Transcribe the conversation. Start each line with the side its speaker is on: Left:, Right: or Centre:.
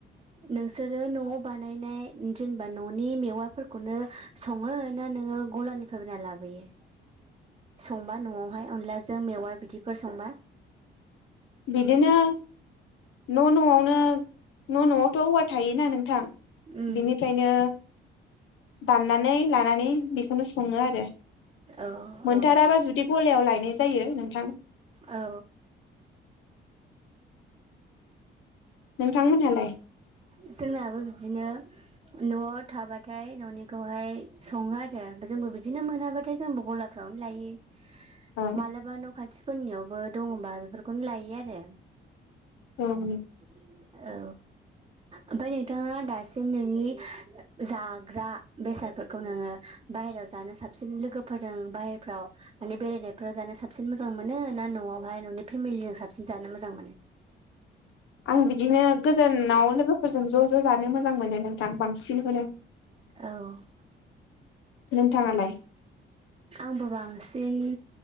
Right: नों सोरो नआव बानायनाय जेनेबा ननि मेवाफोरखौनो सङो ना नोङो गलानिफ्राय बायना लाबोयो। संबा नआवहाय अनलाजों मेवा बिदिफोर संबा।
Left: बिदिनो न नआवनो न नआवथ औवा थायोना नोंथां।
Right: उम
Left: बिनिफ्रायनो दानना नै लानानै बेखौनो सङो आरो
Right: औ
Left: मोनथाराबा
Right: औ
Left: जुदि गलायाव लायनाय जायो नोंथां।
Right: औ
Left: नोंथांमोनहालाय
Right: जोंनाबो बिदिनो न'आव थाबाथाय न'निखौहाय सङो आरो जोंबो बिदिनो मोनाबाथाय जोंबो गलाफ्रावनो लायो‌।
Left: औ
Right: मालाबा न' खाथिफोरनियावबो दङबा बेफोरखौनो लायो आरो
Left: ओं
Right: <inaudible> औ ओमफाय नोंथाङा दासिम नोंनि जाग्रा बेसादफोरखौ नोङो बाहेरायाव जानो साबसिन लोगोफोरजों बाहेरफ्राव माने बेरायनायफ्राव जानो साबसिन मोजां मोनो ना न'आवहाय ननि फेमिलिजों साबसिन जानो मोजां मोनो?
Left: आं बिदिनो गोजानाव लोगोफोरजों ज' ज' जानो मोजां मोनो नोंथां बांसिनखौनो।
Right: औ
Left: नोंथाङालाय?
Right: आंबो बांसिन